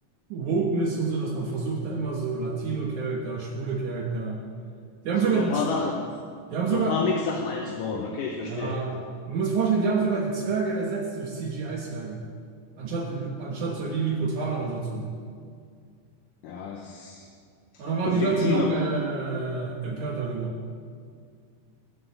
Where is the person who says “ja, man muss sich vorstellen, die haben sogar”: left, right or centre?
Right